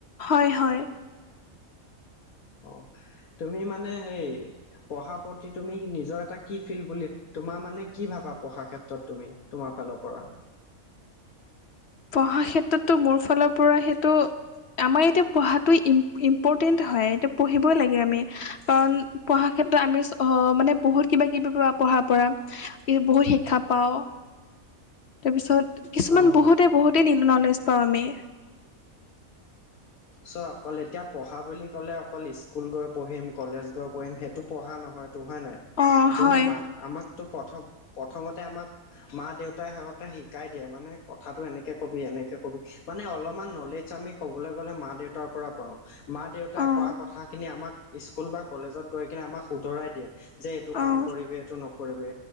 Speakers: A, on the left; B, on the left.
A: হয় হয়
B: অ তুমি মানে সেই পঢ়াৰ প্ৰতি তুমি নিজৰ এটা কি ফিল্ড বুলি তোমাৰ মানে কি ভাবা পঢ়া ক্ষেত্ৰত তুমি তোমাৰ ফালৰ পৰা
A: পঢ়া ক্ষেত্ৰততো মোৰ ফালৰ পৰা সেইটো আমাৰ এতিয়া পঢ়াতো ইম ইম্পৰ্টেণ্ট হয় এতিয়া পঢ়িবই লাগে আমি কাৰণ পঢ়াৰ ক্ষেত্ৰত আমি অ মানে বহুত কিবা কিবি পঢ়াৰ পৰা ই বহুত শিক্ষা পাও
B: <inaudible>
A: তাৰপিছত কিছুমান
B: অ'।
A: বহুতে বহুতেই নলেজ পাও আমি
B: চোৱা অকল এতিয়া পঢ়া বুলি ক'লে অকল স্কুল গৈ পঢ়িম কলেজ পঢ়িম সেইটো পঢ়া নহয়তো হয় নাই
A: অঁ
B: যোনে
A: হয়
B: মাক আমাক ত প্ৰথম প্ৰথমতে আমাক মা দেউতাই সিহঁতে শিকাই দিয়ে মানে কথাটো এনেকে কবি এনেকে কবি মানে অলপমান নলেজ আমি ক'বলে গ'লে মা দেউতাৰ পৰা পাওঁ মা দেউতাই
A: অঁ
B: কোৱা কথাখিনি আমাক স্কুল বা কলেজত গৈ কেনে আমাক শুধৰাই দিয়ে যে এইটো কাম
A: অঁ
B: কৰিবি এইটো নকৰিবি।